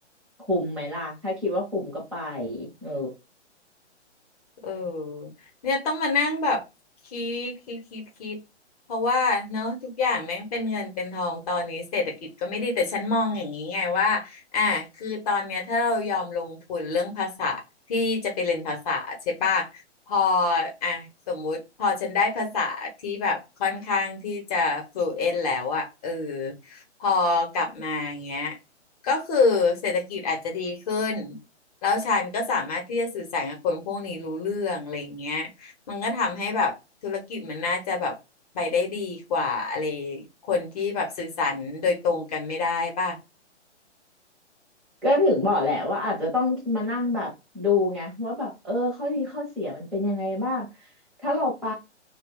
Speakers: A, in the centre; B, on the left (about 30°).
A: คุ้มไหมล่ะถ้าคิดว่าคุ้มก็ไปเออ
B: เออเนี่ยต้องมานั่งแบบคิดคิดคิดคิดเพราะว่าเนาะทุกอย่างแม่งเป็นเงินเป็นทองตอนนี้เศรษฐกิจก็ไม่ดีแต่ฉันมองอย่างนี้ไงว่าอ่ะคือตอนเนี้ยถ้าเรายอมลงทุนเรื่องภาษาที่จะไปเรียนภาษาใช่ป่ะพออ่ะสมมุติพอฉันได้ภาษาที่แบบค่อนข้างที่จะ fluent แล้วอะเออพอกลับมาอย่างเงี้ยก็คือเศรษฐกิจอาจจะดีขึ้น แล้วฉันก็สามารถที่จะสื่อสารกับคนพวกนี้รู้เรื่องอะไรอย่างเงี้ยมันก็ทำให้แบบธุรกิจมันน่าจะแบบไปได้ดีกว่าอะไรคนที่แบบสื่อสารโดยตรงกันไม่ได้ป่ะ
A: ก็ถึงบอกแหละว่าอาจจะต้องมานั่งแบบดูไงว่าแบบเออข้อดีข้อเสียมันเป็นยังไงบ้างถ้าเราไป